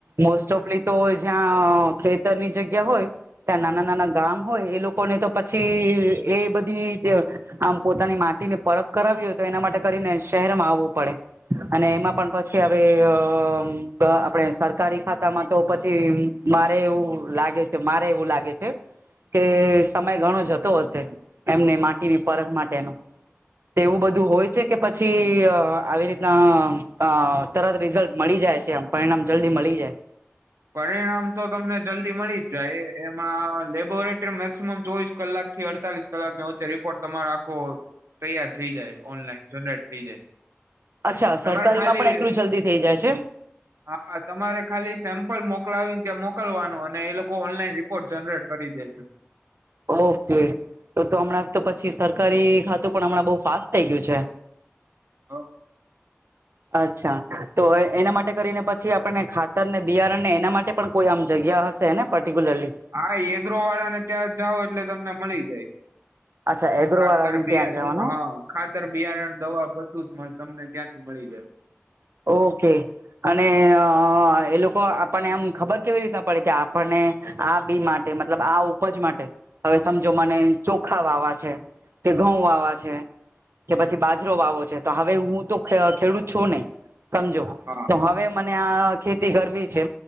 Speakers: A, on the right; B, on the right.
A: મોસ્ટ ઓફલી તો જ્યાં ખેતરની જગ્યા હોય ત્યાં નાના નાના ગામ હોય એ લોકો ને તો પછી એ બધી <unintelligible> આમ પોતાની માટીને પરખ કરાવી હોય તો એના માટે કરીને શહેરમાં આવવું પડે અને એમાં પણ પછી હવે અ આપણેે સરકારી ખાતામાં તો પછી બારે એવું લાગે છે મારે એવું લાગે છે કે સમય ઘણો જતો હશે એમને માટીની પરખ માટેનો તેવું બધું હોય છે કે પછી અ આવી રીતના અ અ તરત રીઝલ્ટ મળી જાય છે આમ પરિણામ જલ્દી મળી જાય
B: પરિણામ તો તમને જલ્દી મળી જ જાય એમાં લેબોરેટરી મેક્સિમમ ચોવીસ કલાક થી અડતાલીસ કલાકને વચ્ચે રિપોર્ટ તમારો આખો તૈયાર થઈ જાય ઓનલાઈન જનરેટ થઈ જાય
A: અચ્છા
B: તમારે
A: સરકારીમાં
B: ખાલી
A: પણ એટલું જલ્દી થઈ જાય છે
B: હા હા તમારે ખાલી પલ મોકલાવીને ત્યાં મોકલવાનું અને એ લોકો ઓનલાઈન રિપોર્ટ જનરેટ કરી દે છે
A: ઓ કે તો તો અમણાં તો પછી સરકારી ખાતું પણ અમણાં બઉ ફાસ્ટ થઈ ગયું છે
B: હા
A: અચ્છા તો એના માટે કરીને પછી આપણને ખાતરને બિયારણને એના માટે પણ કોઈ આમ જગ્યા હશ. તો એને પર્ટિક્યુલરલી
B: હા એગ્રો વાળા ને ત્યાં જઓ એટલે તમને મળી જાય.
A: અચ્છા એગ્રો
B: ખાતર
A: વાળાને
B: બે
A: ત્યાં
B: હ
A: જવાનું
B: ખાતર, બિયારણ, દવા બધું જ તમને ત્યાંથી મળી જાય.
A: ઓકે અને અ એ લોકો આપણને આમ ખબર કેવી રીતના પડે કે આપણને આ બી માટે મતલબ આ ઉપજ માટે હવે સમજો મને ચોખા વાવા છે. તે ઘઉં વાવા છે કે પછી બાજરો વાવો છે તો હવે હું તું ખે ખેડૂત છો નહી સમજો
B: હા
A: તો હવે મને આ ખેતી કરવી છે.